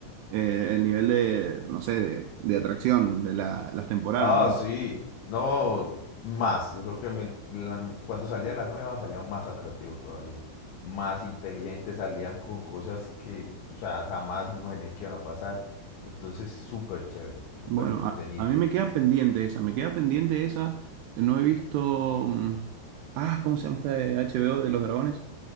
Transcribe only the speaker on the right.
Eh, el nivel de, no sé, de, de atracción de la- las temporadas.
Bueno,
a, a mí me queda pendiente esa. Me queda pendiente esa. No he visto. mm, Ah, ¿cómo se llama esta de HBO de los dragones?